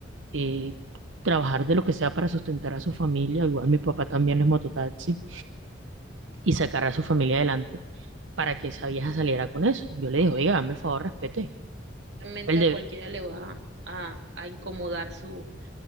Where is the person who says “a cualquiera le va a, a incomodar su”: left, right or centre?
Right